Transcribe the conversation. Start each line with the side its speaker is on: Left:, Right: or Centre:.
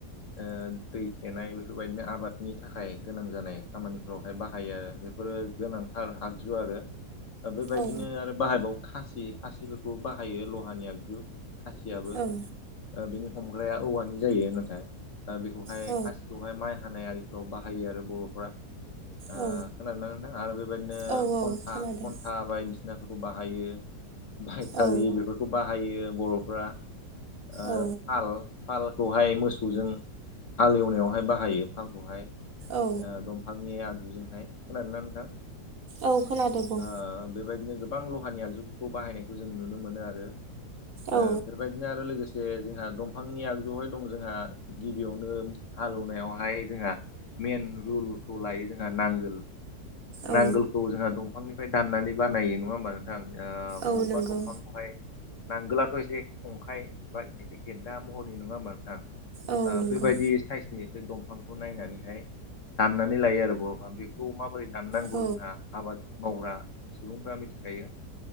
Left: ओ दै थेनाय बेफोर बायदिनो आबादनि थाखाय गोनां जानाय खामानिफोरावहाय बाहायो आरो बेफोरो गोनांथार आगजु आरो दा बेबायदिनो
Right: औ
Left: आरो बाहायबावो खासि खासिफोरखौबो बाहायो लहानि आगजु खासियाबो
Right: औ
Left: ओ बिनि हमग्राया औवानि जायो नाथाय बेखौहाय
Right: औ
Left: खासिखौहाय माइ हानाय आरि बाहायो आरो बर'फ्रा ओ
Right: औ
Left: खोनादों ना नोंथां आरो बेबायदिनो
Right: औ औ
Left: खन्था
Right: खोनादों
Left: खन था बायदिसिनाफोरखौ बाहायो बायथालि
Right: औ
Left: बेफोर खौ बाहायो बर'फ्रा ओ
Right: औ
Left: फाल फालखौहाय मोसौजों हाल एवनायावहाय बाहायो फालखौहाय
Right: औ
Left: दंफांनि आगजुजोंहाय खोनादोंनानै नोंथां
Right: औ खोनादों बुं
Left: ओ बेबायदिनो गोबां लहानि आगजुफोरखौ बाहायनायखौ जों नुनो मोनो आरो बे
Right: औ
Left: बेबायदिनो आरो लोगोसे जोंहा दंफांनि आगजुहाय दं जोंहा गिबियावनो हालौवनायावहाय जोंहा मइेन रुलखौ लायो जोंहा नांगोल
Right: औ
Left: नांगोलखौ जोंहा दंफांनिफ्राय दाननानै बानायो नङा होमबा नोंथां
Right: औ
Left: बबेबांफां
Right: नंगौ
Left: बेहाय नांगोलाथ' एसे खंखाइ बा ए गेददना महरनि नङा होमबा नोंथां
Right: औ नंगौ
Left: बेबायदि साइ से दंफांखौ नायनानैहाय दाननानै लायो आरो बाबा बेखौ माबोरै दामनांगौ
Right: औ
Left: जोंहा आबाद मावग्रा सुबुंफ्रा मिथिखायो